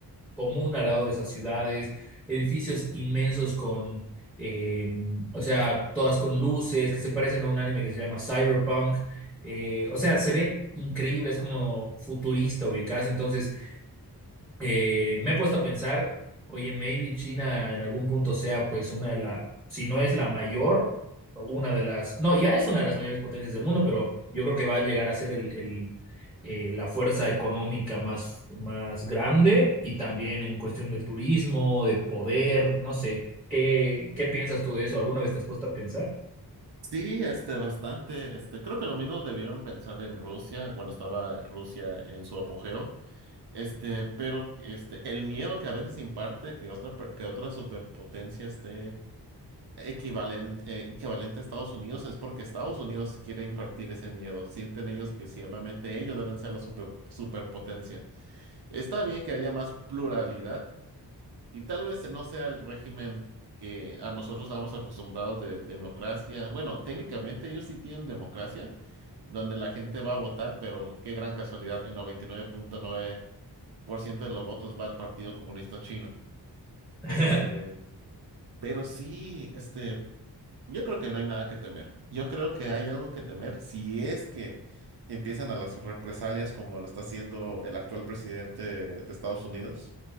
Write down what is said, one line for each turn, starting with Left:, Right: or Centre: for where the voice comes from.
Centre: común al lado de esas ciudades, edificios inmensos con, eh, o sea, todas con luces que se parecen a un anime que se llama Cyberpunk. eh, o sea, se ve increíble, es como futurista ubicarse. Entonces, eh, me he puesto a pensar, oye, maybe China en algún punto sea pues una de las, si no es la mayor, o una de las, no, ya es una de las mayores potencias del mundo, pero yo creo que va a llegar a ser el, el, eh, la fuerza económica más, más grande y también en cuestión de turismo, de poder, no sé, ¿qué, qué piensas tú de eso? ¿Alguna vez te has puesto a pensar?
Right: sí, este, bastante, este, creo que lo mismo debieron pensar en Rusia, cuando estaba Rusia en su apogeo, este, pero, este, el miedo que a veces imparte que otra, per- que otra superpotencia esté equivalente, equivalente a Estados Unidos es porque Estados Unidos quiere impartir ese miedo, sienten ellos que solamente ellos deben ser la super, superpotencia. Está bien que haya más pluralidad, Y tal vez no sea el régimen que a nosotros estamos acostumbrados de democracia. Bueno, técnicamente ellos sí tienen democracia, donde la gente va a votar, pero qué gran casualidad, el 99.9% de los votos va al Partido Comunista Chino.
Centre: <laughs>
Right: Este, pero sí, este, yo creo que no hay nada que temer. Yo creo que hay algo que temer si es que empiezan a las represalias como lo está haciendo el actual presidente de Estados Unidos